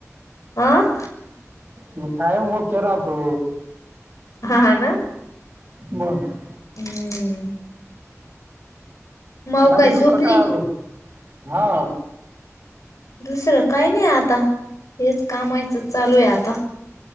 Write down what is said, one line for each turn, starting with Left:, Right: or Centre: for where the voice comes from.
Left: आं?
Right: मी कायम ओके राहतो.
Left: हा हा ना.
Right: बर.
Left: हम्म माऊ
Right: बाकी दुसरं
Left: झोपली
Right: काय अजून? हा.
Left: दुसरं काही नाही आता हेच कामायचं चालू आहे आता.